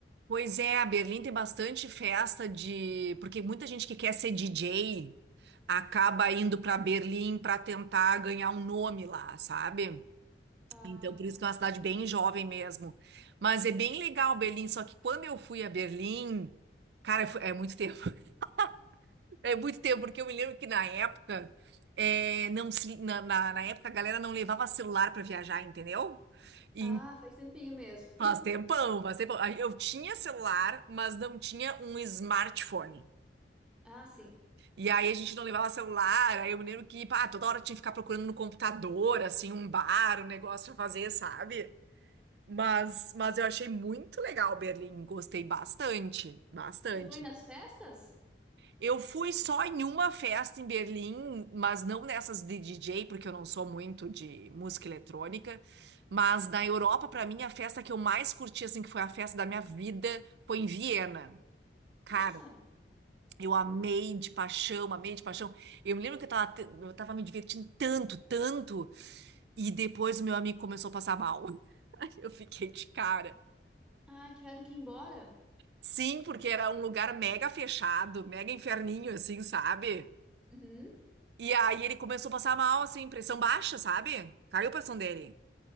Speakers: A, on the right; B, in the centre.
A: Pois é, a Berlim tem bastante festa de. Porque muita gente que quer ser DJ acaba indo pra Berlim pra tentar ganhar um nome lá, sabe?
B: Ah,
A: Então, por isso que é uma cidade bem jovem mesmo. Mas é bem legal Berlim, só que quando eu fui a Berlim, cara, foi- é muito tempo. <laughs> É muito tempo, porque eu me lembro que na época, é, não se, na, na, na época a galera não levava celular para viajar, entendeu? E
B: ah, faz tempinho mesmo.
A: faz
B: <laughs>
A: tempão, faz tempão. Aí Eu tinha celular, mas não tinha um smartphone.
B: Ah, sim.
A: E aí a gente não levava celular, aí eu me lembro que, pá, toda hora tinha que ficar procurando no computador, assim, um bar, um negócio pra fazer, sabe? Mas, mas eu achei muito legal Berlim, gostei bastante, bastante.
B: Chegou aí nas festas?
A: Eu fui só em uma festa em Berlim, mas não nessas de DJ, porque eu não sou muito de música eletrônica. Mas na Europa, para mim, a festa que eu mais curti, assim, que foi a festa da minha vida, foi em Viena. Cara,
B: Nossa!
A: eu amei de paixão, amei de paixão. Eu me lembro que eu tava, te- eu tava me divertindo tanto, tanto, e depois o meu amigo começou a passar mal. <laughs> Eu fiquei de cara.
B: Ah, tiveram que ir embora.
A: Sim, porque era um lugar mega fechado, mega inferninho, assim, sabe?
B: Uhum.
A: E aí ele começou a passar mal, assim, pressão baixa, sabe? Caiu a pressão dele.